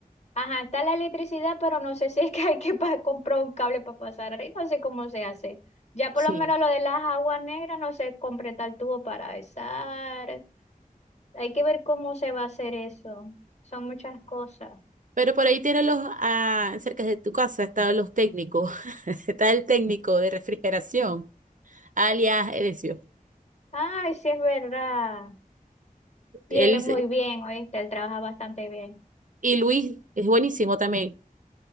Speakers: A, on the left; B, on the right.
A: ajá, está la electricidad, pero no sé si es que hay que pa- comprar un cable para pasar arriba, no sé cómo se hace. Ya
B: Sí.
A: por lo menos lo de las aguas negras no sé completar el tubo para izar. Hay que ver cómo se va a hacer eso. Son muchas cosas.
B: Pero por ahí tienen los, ah, cerca de tu casa están los técnicos. <laughs> Está el técnico de refrigeración, alias Edesio.
A: Ay, sí es verdad. Y
B: Él
A: él es muy bien, ¿oíste? Él trabaja bastante bien.
B: Y Luis es buenísimo también.